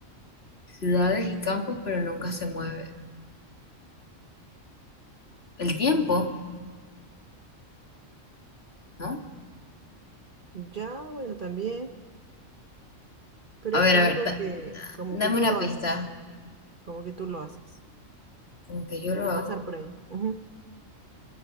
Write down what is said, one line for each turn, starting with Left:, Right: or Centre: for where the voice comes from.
Left: Ciudades y campos, pero nunca se mueve. El tiempo, ¿no?
Right: Ya, bueno, también, pero
Left: A
Right: es
Left: ver,
Right: algo
Left: a ver, da-
Right: que
Left: da-
Right: como
Left: dame
Right: que tú
Left: una
Right: lo
Left: pista,
Right: haces, como que tú lo haces
Left: como que yo lo
Right: al
Left: hago.
Right: pasar por ahí. ujú,